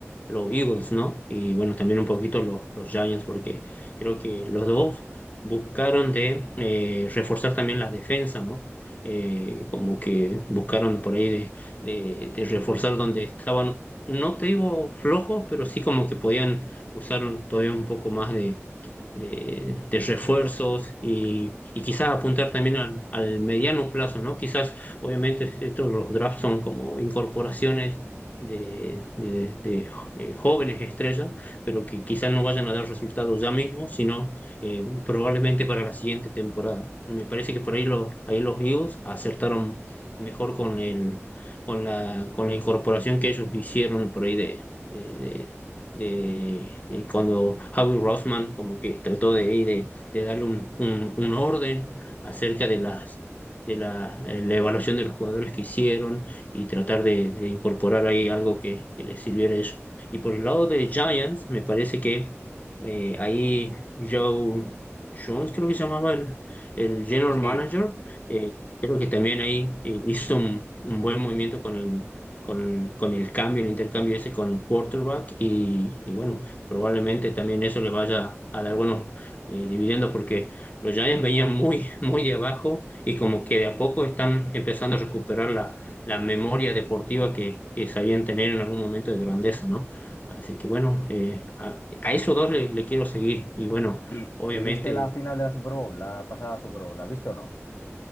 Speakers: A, on the left; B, on the left.
A: los Eagles, ¿no? Y bueno, también un poquito los, los Giants, porque creo que los dos buscaron de eh, reforzar también la defensa, ¿no? Eh, como que buscaron por ahí de, de- de reforzar donde estaban, no te digo flojos, pero sí como que podían usar un- todavía un poco más de, de refuerzos y, y quizás apuntar también al, al mediano plazo, ¿no? Quizás, obviamente, estos los drafts son como incorporaciones de, de- de eh, jóvenes estrellas, pero que quizás no vayan a dar resultados ya mismo, sino eh, probablemente para la siguiente temporada. Me parece que por ahí los, ahí los Eagles acertaron mejor con el, con la, con la incorporación que ellos hicieron por ahí de, de, de eh, cuando Howie Roseman como que trató de, ahí de, de darle un, un- un orden acerca de las de la, eh, la evaluación de los jugadores que hicieron y tratar de, de incorporar ahí algo que, que les sirviera a ellos. Y por el lado de Giants, me parece que eh, ahí Joe Jones, creo que se llamaba el, el general
B: Sí,
A: manager, eh, creo que también ahí eh, hizo un, un buen movimiento con el, con, con el cambio, el intercambio ese con el quarterback y, y bueno, probablemente también eso le vaya a dar buenos eh, dividendos porque los Giants venían muy, <laughs> muy de abajo y como que de a poco están empezando a recuperar la, la memoria deportiva que, que sabían tener en algún momento de grandeza, ¿no? Así que bueno, eh, a, a esos dos le, le quiero seguir y bueno,
B: ¿Y,
A: obviamente
B: y viste la final de la Super Bowl, la pasada Super Bowl? ¿La viste o no?